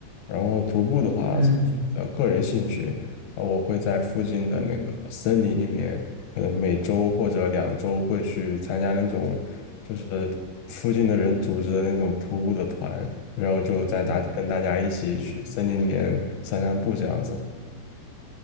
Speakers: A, on the left; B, on the right.
A: 然后徒步的话，
B: 嗯
A: 这是我的个人兴趣，呃，我会在附近的那个森林里面，
B: 嗯
A: 可能每周或者两周会去参加那种就是附近的人组织的那种徒步的团，然后就在大跟大家一起去森林里面散散步这样子。
B: 嗯嗯，